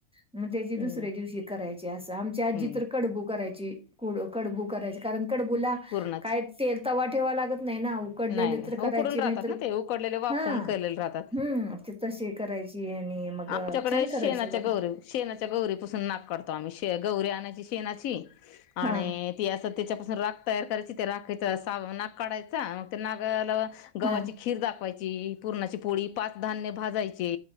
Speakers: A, in the centre; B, on the left.
A: मग त्या दुसऱ्या
B: हम्म
A: दिवशी करायची अस आम
B: हम्म
A: आजी तर कडबू करायची. कुड कडबू करायचे कारण कडबूला
B: पूर्णाचे
A: काय तेल तवा ठेवा लागत नाही ना. कडलेले
B: नाही नाही
A: तर करायचे
B: उकडून राहतात
A: नाही तर
B: ना ते उकडलेले वाफवून
A: हा
B: केलेले राहतात
A: हम्म ते तशी करायची. आणि मग
B: आमच्याकडे
A: छान
B: शेणाच्या
A: करायचं बरं.
B: गौरी शेणाच्या गौरीपासून नाक काढतो आम्ही शे गौरी आणायची शेणाची आणि
A: हा
B: ती असं त्याच्यापासून राख तयार करायची त्या राखाचा सा नाक काढायचा मग ते नागला गव्हाची
A: हा
B: खीर दाखवायची पूर्णाची पोळी पाच धान्य भाजायचे